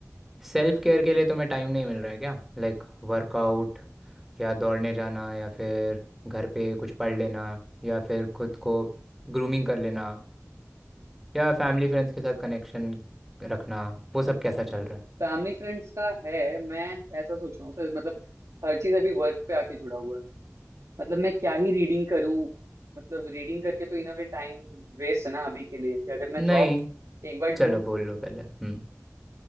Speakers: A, in the centre; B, on the right.
A: सेल्फ केयर के लिए तुम्हें टाइम नहीं मिल रहा है क्या लाइक वर्कआउट या दौड़ने जाना या फिर घर पे कुछ पढ़ लेना या फिर खुद को ग्रूमिंग कर लेना या फैमिली फ्रेंड्स के साथ कनेक्शन रखना वो सब कैसा
B: मतलब
A: चल रहा
B: फैमिली फ्रेंड्स का है मैं ऐसा सोच रहा हूँ सर मतलब हर चीज अभी वर्क पे आके जुड़ा हुआ है मतलब मैं क्या ही रीडिंग करूँ मतलब रीडिंग करके तो in a way time waste है ना अभी के लिए कि अगर मैं
A: है नहीं
B: जॉब एक बार
A: चलो
B: ढूंढ लूँ
A: बोल लो पहले हम्म